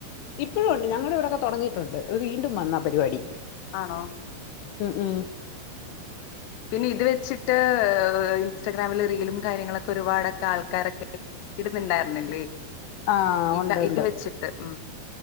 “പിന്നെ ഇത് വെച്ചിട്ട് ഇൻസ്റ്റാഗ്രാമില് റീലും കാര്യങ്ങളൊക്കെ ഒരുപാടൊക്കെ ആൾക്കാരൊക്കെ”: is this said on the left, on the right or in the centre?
Left